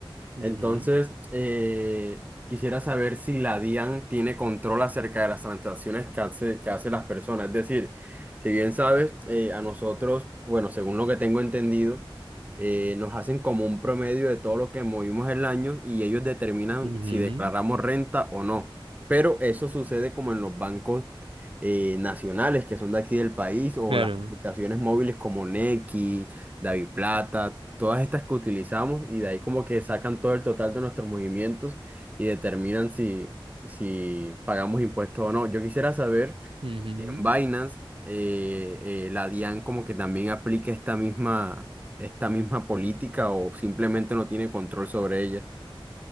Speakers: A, on the right (about 75°); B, on the right (about 15°).
A: Ujú,
B: Entonces, eh, quisiera saber si la DIAN tiene control acerca de las transacciones que hace, que hacen las personas. Es decir, si bien sabes, eh, a nosotros, bueno, según lo que tengo entendido, eh, nos hacen como un promedio de todo lo que movimos el año y ellos determinan
A: ujú,
B: si declaramos renta o no. Pero eso sucede como en los bancos eh, nacionales que son de aquí del país o
A: claro.
B: las aplicaciones móviles como Nequi David Plata, todas estas que utilizamos y de ahí como que sacan todo el total de nuestros movimientos y determinan si, si pagamos impuestos o no. Yo quisiera saber,
A: Ujú.
B: si en Binance, eh, eh, la DIAN como que también aplica esta misma, esta misma política o simplemente no tiene control sobre ella.